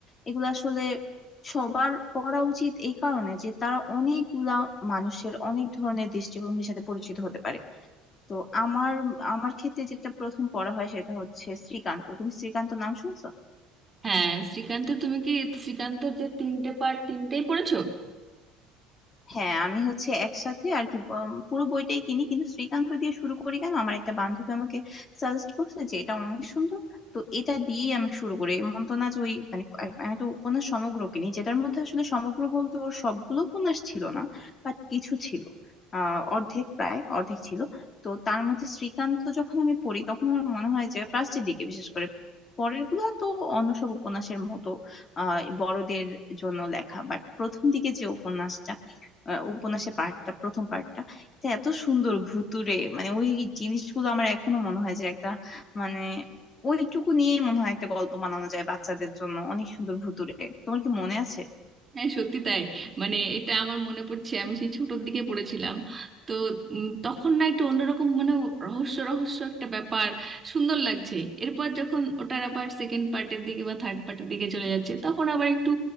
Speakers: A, on the left (about 25°); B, on the right (about 20°).
A: এগুলো আসলে সবার পড়া উচিত এই কারণে যে তারা অনেকগুলা মানুষের অনেক ধরনের দৃষ্টিভঙ্গির সাথে পরিচিত হতে পারে তো আমার আমার ক্ষেত্রে যেটা প্রথম পড়া হয় সেটা হচ্ছে শ্রীকান্ত তুমি শ্রীকান্ত নাম শুনছো
B: হ্যাঁ শ্রীকান্ত তুমি কি শ্রীকান্তর যে তিনটে পার্ট তিনটেই পড়েছো
A: হ্যাঁ আমি হচ্ছে একসাথে আর কি উম, পুরো বইটাই কিনি কিন্তু শ্রীকান্ত দিয়ে শুরু করি কেন আমার একটা বান্ধবী আমাকে সাজেস্ট করছে যে এটা অনেক সুন্দর তো এটা দিয়েই আমি শুরু করি এমন তো না যে ওই মানে আ- আমি তো উপন্যাস সমগ্র কিনি যেটার মধ্যে আসলে সমগ্র বলতে ওর সবগুলো উপন্যাস ছিল না বাট কিছু ছিল আহ অর্ধেক প্রায় অর্ধেক ছিল তো তার মধ্যে শ্রীকান্ত যখন আমি পড়ি তখন আমার মনে হয় যে প্রাচ্যের দিকে বিশেষ করে পরের গুলা তো অন্য সব উপন্যাসের মতো আহ বড়দের জন্য লেখা বাট প্রথম দিকে যে উপন্যাসটা আহ, উপন্যাসের পার্টটা প্রথম পার্টটা এটা এত সুন্দর ভুতুড়ে মানে ওই জিনিসগুলো আমার এখনো মনে হয় যে একটা মানে ওইটুকু নিয়েই মনে হয় একটা গল্প বানানো যায় বাচ্চাদের জন্য অনেক সুন্দর ভুতুড়ে তোমার কি মনে আছে
B: হ্যাঁ সত্যি তাই মানে এটা আমার মনে পড়ছে আমি সেই ছোটর দিকে পড়েছিলাম তো উম, তখন না একটু অন্যরকম মানে রহস্য রহস্য একটা ব্যাপার সুন্দর লাগছে এরপর যখন ওটার আবার সেকেন্ড পার্টের দিকে বা থার্ড পার্টের দিকে চলে যাচ্ছে তখন আবার একটু